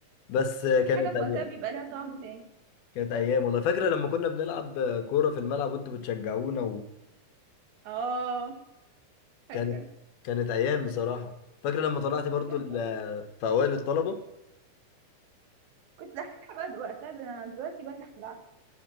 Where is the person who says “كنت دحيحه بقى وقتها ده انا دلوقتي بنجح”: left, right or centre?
Right